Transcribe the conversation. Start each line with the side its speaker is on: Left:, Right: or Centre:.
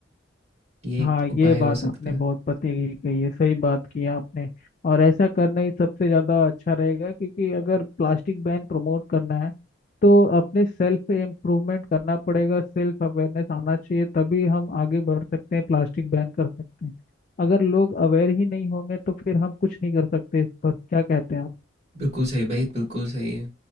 Right: ये एक
Left: हाँ ये
Right: उपाय
Left: बात
Right: हो सकता
Left: आपने
Right: है
Left: बहुत पते की कही है सही बात की है आपने और ऐसा करना ही सबसे ज्यादा अच्छा रहेगा क्योंकि अगर प्लास्टिक बैन प्रमोट करना है तो अपने सेल्फ इम्प्रूवमेंट करना पड़ेगा सेल्फ अवेयरनेस आना चाहिए तभी हम आगे बढ़ सकते हैं प्लास्टिक बैन कर सकते हैं अगर लोग अवेयर ही नहीं होंगे तो फिर हम कुछ नहीं कर सकते इस पर क्या कहते हैं आप?
Right: बिल्कुल सही भाई बिल्कुल सही है